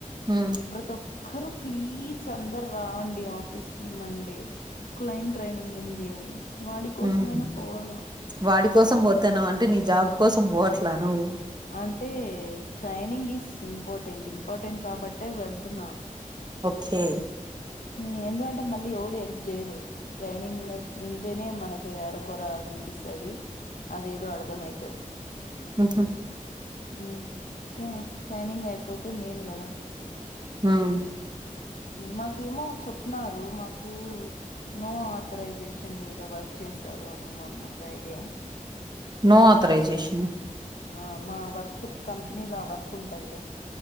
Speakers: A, on the right; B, on the left.
A: ఉమ్
B: ప్రతి ఒక్కరూ ప్లీజ్ అం దరు రండి ఆఫీస్ కీ మండే క్లైంట్ ట్రైనింగ్ ఉంది అని వాడి కోసమైనా
A: ఉమ్
B: పోవాలా
A: వాడి కోసం పోతున్నావంటే నీ జాబ్ కోసం పోవట్లా నువు
B: అంటే training is important important కాబ ట్టె వెళ్తున్నా
A: కే
B: హ్మ్ ఎందుకంటే మళ్ళీ ఎవడు హెల్ప్ చేయరు ట్రైనింగ్ లో వింటేనే మనకి అరకొర వినిపిస్తాది అదేదో అర్థమైతాది
A: ఉహు
B: హ్మ్ అందుకే ట్రైనింగ్ అయిపోతే మేలు కదా
A: ఉమ్
B: మాకేమో చెప్న్‌రు మాకు నో ఆథరైజేషన్ మీదబా చెస్ తరు అని మొన్న ఫ్రైడే
A: నో ఆథరైజేషన్
B: ఆ మా వర్క్ కంపెనీలో ఆ వర్క్ ఉంటది లే